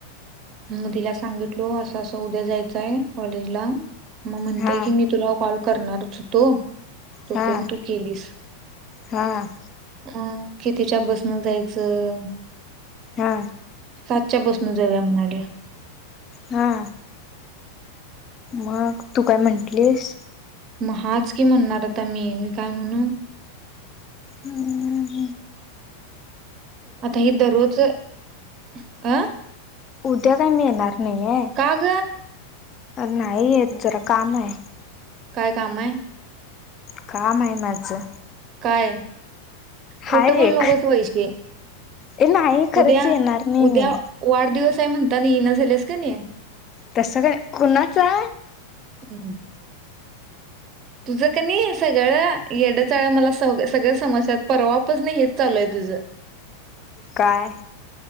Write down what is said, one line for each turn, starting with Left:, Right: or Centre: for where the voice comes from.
Right: मग तिला सांगितलो असं असं उद्या जायचंय कॉलेजला. मग म्हणतेय
Left: हा
Right: की मी तुला कॉल करणारच होतो. तोपर्यंत
Left: हा
Right: तू केलीस.
Left: हा
Right: अ कितीच्या बसनं जायचं?
Left: हा.
Right: सातच्या बस न जावुया म्हणाल्या.
Left: हा. मग तू काय म्हटलीस?
Right: मग हाच की म्हणणार आता मी मग काय म्हणू?
Left: हह
Right: आता हे दररोज अं
Left: उद्या काय मी येणार नाहीये.
Right: आग
Left: अ नाही येत जरा काम आहे.
Right: काय काम आहे?
Left: काम आहे माझं.
Right: काय
Left: हाय
Right: खोट बोलु
Left: एक
Right: नकोस वैशे.
Left: ए नाही खरंच
Right: उद्या
Left: येणार नाही
Right: उद्या
Left: मी.
Right: वाढदिवस आहे म्हणता ना येईना झालेस का नाही?
Left: तसं काय कुणाचा?
Right: हम्म. तुझं क नाही सगळं येड चाळ मला स सगळं समजत्यात परवापासन हेच चालू आहे तुझं.
Left: काय